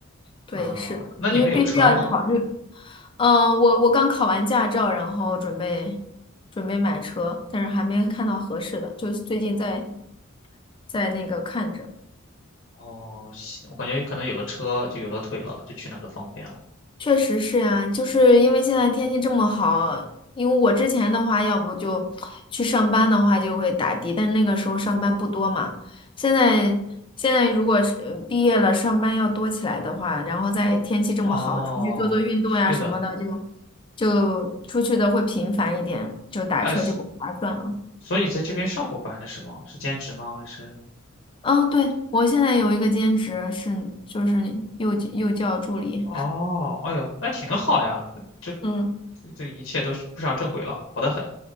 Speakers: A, on the left; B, on the left.
A: 对，
B: 嗯，
A: 是的，
B: 那你们有车吗？
A: 因为必须要考虑。嗯，我我刚考完驾照，然后准备准备买车，但是还没看到合适的，就是最近在在那个看着。
B: 哦，行，我感觉可能有了车就有了腿了，就去哪儿都方便了。
A: 确实是呀，就是因为现在天气这么好，因为我之前的话，要不就去上班的话就会打的，但那个时候上班不多嘛。现在现在如果是呃毕业了，上班要多起来的话，然后在天气这么好，
B: 哦。
A: 出去做做运动呀什么的，
B: 是的，
A: 就就出去的会频繁一点，就打车就不划算了。
B: 哎，所以你在这边上过班是吗？是兼职吗？还是？
A: 嗯，对，我现在有一个兼职是就是幼幼教助理，
B: 哦，哎呦，那挺好呀，这
A: 嗯。
B: 这一切都是步上正轨了，好得很，